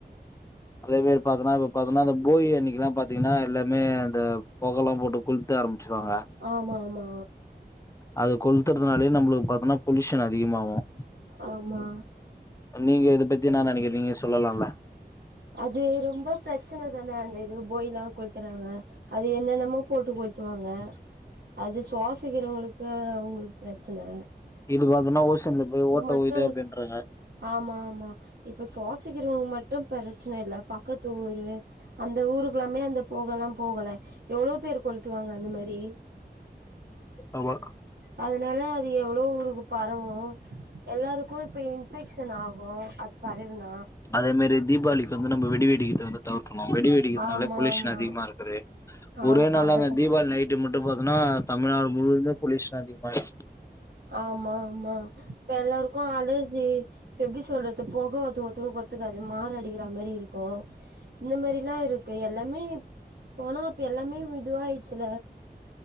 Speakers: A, on the left; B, on the right.
A: அதே மாரி பாத்தன்னா இப்ப பாத்தன்னா அந்த போகி அன்னைக்குல்லா பாத்தீங்கன்னா எல்லாமே அந்த பொகெல்லா போட்டு குளுத்து ஆரம்பச்சடுவாங்க
B: ஆமாமா
A: அது கொளுத்துறதுனாலயே நம்மளுக்கு பாத்தோம்ன்னா பொலயூஷன் அதிகமாகும்
B: ஆமா
A: நீங்க இதை பத்தி என்ன நினைக்கிறீங்க நீங்க சொல்லலால
B: அது ரொம்ப பிரச்சனை தானே அந்த இது போகில்லாம் கொளுத்துறாங்க அது என்னென்னமோ போட்டு கொளுத்துவாங்க அது சுவாசிக்கிறவங்களுக்கு அவங்களுக்கு பிரச்சனை
A: இது பாரத்தன்னா ஓசோன்ல போய் ஓட்டோ
B: மட்டு
A: வுழுது அப்படின்றாங்க
B: ஆமா ஆமா இப்ப சுவாசிக்கிறவங்க மட்டும் பிரச்சனை இல்ல பக்கத்து ஊரு அந்த ஊருக்கு எல்லாமே அந்த பொகல்லா போகுல்ல எவ்ளோ பேரு கொளுத்துவாங்க அந்த மாறி
A: அவக்
B: அதனால அது எவ்ளோ ஊருக்கு பரவு எல்லாருக்கு அது இன்ஃபெக்ஷன் ஆகு அது பரவினா
A: அதே மாறி தீபாவளிக்கு வந்து நம்ம வெடி வெடிக்கதற வந்து தவிர்க்கனு வெடி வெடிக்கிறதுனால
B: ஆமா
A: பொல்யூஷன்
B: ஆமா
A: அதிகமா இருக்குது
B: ஆமா
A: ஒரே நாள்ள
B: அததா
A: அந்த தீபாவளி நைட்டு மட்டு பாத்தோன்னா தமிழ்நாடு முழுதும் பொலியூஷன் அதிகமாய்
B: ஆமாமா இப்ப எல்லாருக்கு அலர்ஜி இப்ப எப்டி சொல்றது புக ஒத்து ஒத்தருக்கு ஒத்துக்காது மாரடைக்கிற மாறி இருக்கு இந்த மாறிலா இருக்கு எல்லாமே போனா அப்ப எல்லாமே இதுவாயிடுச்சுல